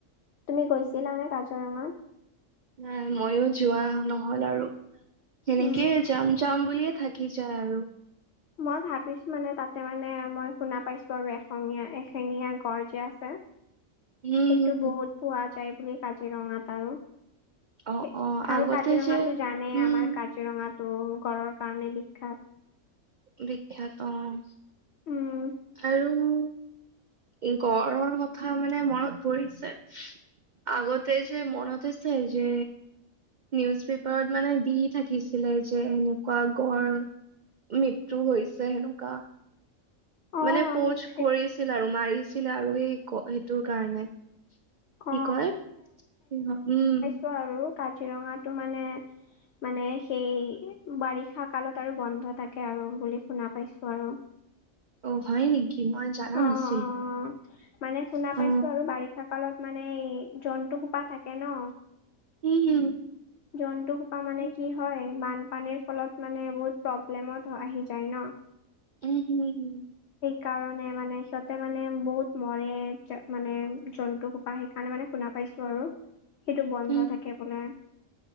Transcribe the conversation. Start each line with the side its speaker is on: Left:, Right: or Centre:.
Left: তুমি
Right: উম
Left: গৈছিলা নে কাজিৰঙাত?
Right: নাই ময়ো যোৱা নহ'ল আৰু সেনেকেই
Left: উম
Right: যাম যাম বুলিয়ে থা কি যায় আৰু।
Left: মই ভাবিছো মানে তাতে মানে মই শুনা পাইছো আৰু এশঙীয়া এশিঙীয়া গড় যে আছে।
Right: <inaudible>
Left: সেইটো
Right: হম হম
Left: বহুত পোৱা যায় বুলি কাজিৰঙাত আৰু।
Right: অ
Left: সে
Right: অ
Left: আৰু
Right: আগতে
Left: কাজিৰঙাতো
Right: যে
Left: জানেই
Right: উম
Left: আমাৰ কাজিৰঙাটো গড়ৰ কাৰণে বিখ্যাত।
Right: বিখ্যাত অ'।
Left: উম
Right: আৰু গড়ৰ কথা মানে মনত পৰিছে। আগতে যে মনত আছে যে নিউজ পেপ পাৰত মানে দি থাকিছিলে যে এনেকুৱা গড় মৃত্যু হৈছে সেনেকুৱা।
Left: অ
Right: মানে প'জ
Left: সেই
Right: কৰিছিল আৰু মাৰিছিলে আৰু সেই সেইটোৰ কাৰণে। কি
Left: অ
Right: কয় সিংহ উম।
Left: টো আৰু কাজিৰঙাটো মানে মানে সেই বাৰিষা কালত আৰু বন্ধ থাকে আৰু বুলি শুনা পাইছো আৰু।
Right: অ', হয় নেকি? মই জানা
Left: অ
Right: নাছিলো।
Left: অ', মানে শুনা পাইছো
Right: অ
Left: আৰু বাৰিষা কালত মানে এই জন্তু সোপা থাকে ন।
Right: উম
Left: জন্তু সোপা মানে
Right: হম
Left: কি হয় বানপানীৰ ফলত মানে বহুত প্ৰব্লেমত আহি যায় ন।
Right: উম, উম, উম।
Left: কাৰণে মানে সিহঁতে মানে বহুত মৰে মানে জন্তু সোপা সেইকাৰণে মানে শুনা পাইছো আৰু। সেইটো বন্ধ
Right: উম
Left: থাকে বোলে।